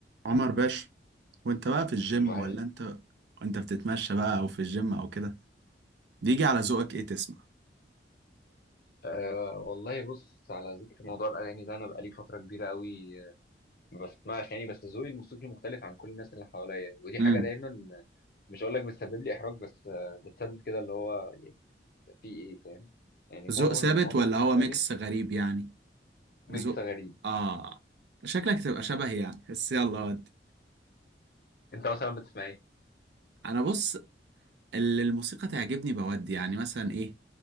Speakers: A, on the right; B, on the left.
A: عمر باشا وانت بقى في الجيم
B: الوحش
A: ولا انت انت بتتمشى بقى او في الجيم او كده بيجي على ذوقك ايه تسمع
B: أه والله بص على ذكر موضوع الأغاني ده أنا بقالي فترة كبيرة قوي ما بسمعش يعني بس ذوقي الموسيقي مختلف عن كل الناس اللي حواليا ودي
A: امم
B: حاجة دايما مش هقول لك بتسبب لي إحراج بس آه، بتسبب كده اللي هو يعني في إيه فاهم يعني معظم
A: ذوق ثابت
B: اللي بسمعه بيكون
A: ولا هو
B: أجنبي
A: ميكس غريب يعني
B: ميكس
A: ذوق
B: غريب
A: اه شكلك تبقى شبه يعني بس يلا ودي
B: أنت مثلا بتسمع إيه؟
A: انا بص اللي الموسيقى تعجبني بودي يعني مثلا ايه